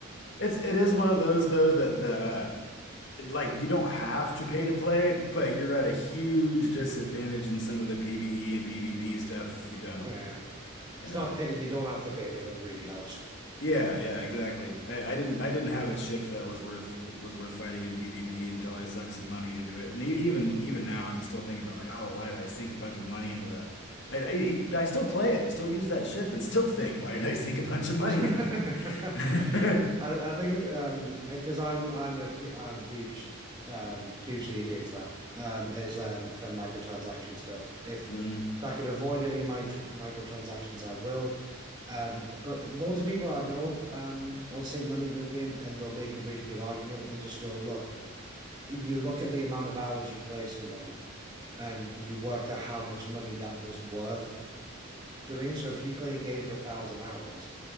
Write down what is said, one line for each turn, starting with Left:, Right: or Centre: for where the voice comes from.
Left: it's it is one of those though that the uh it- like you don't have to pay to play, but you're at a huge disadvantage in some of the PvE and PvP stuff if you don't,
Right: Yeah, it's
Left: you know.
Right: not a pity you don't have to pay, but it really helps.
Left: Yeah, yeah, exactly. I, I didn't I didn't have a ship that was worth that was worth fighting in PvP until I sunk some money into it. And e- even even now I'm still thinking about like, oh, why did I sink a bunch of money into that? I, I e, I still play it and still use that ship and still think, why did I sink a bunch of money
Right: <laughs> I,
Left: into that?
Right: I
Left: <laughs>
Right: think um because I'm I'm a hu- I'm huge um hugely against that um is um for microtransaction stuff if
Left: Mhm.
Right: if I can avoid any micro microtransactions I will um but loads of people I know um will sink money into a game and they'll make a really good argument and just go look you look at the amount of hours you play something and you work out how much money that was worth doing. So if you play a game for a thousand hours,